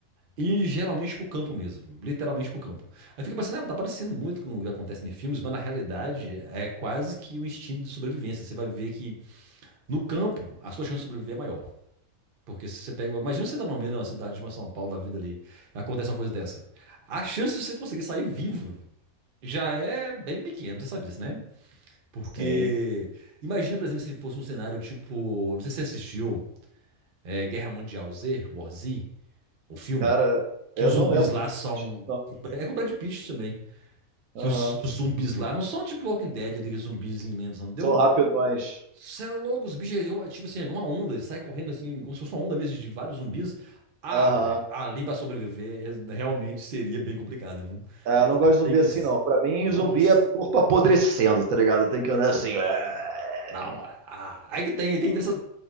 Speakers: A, on the right; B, on the right.
A: E geralmente pro campo mesmo, literalmente pro campo. Aí fica pensando, ah, tá parecendo muito com o que acontece em filmes, mas na realidade é quase que um instinto de sobrevivência. Você vai ver que no campo a sua chance de sobreviver é maior. Porque se você pega. Imagina você tá no meio de uma cidade, de uma São Paulo da vida ali, e acontece uma coisa dessa. A chance de você conseguir sair vivo já é bem pequena, você sabe disso, né? Porque.
B: sim.
A: Imagina, por exemplo, se fosse um cenário tipo. Não sei se você assistiu é, Guerra Mundial Z, War Z, o filme.
B: Cara,
A: Que
B: eu
A: os
B: não
A: zumbis
B: lembro
A: lá
B: se
A: são.
B: eu assisti, não.
A: É com o Brad Pitt também. Que
B: Aham.
A: os, os zumbis lá não são tipo Walking Dead, aqueles zumbis lentos, não entendeu?
B: São rapidões.
A: Você é louco, os bichos, é tipo assim, é igual uma onda, eles saem correndo assim, como se fosse uma onda mesmo de vários zumbis. Ah,
B: Aham.
A: velho, ali pra sobreviver é- realmente seria bem complicado, viu?
B: É, eu não
A: Você
B: gosto de zumbi
A: tem que.
B: assim, não. Pra mim,
A: Nossa!
B: zumbi é corpo apodrecendo, tá ligado? Tem que andar assim. é,
A: Não, mas. ah, aí que tem, tem dessa,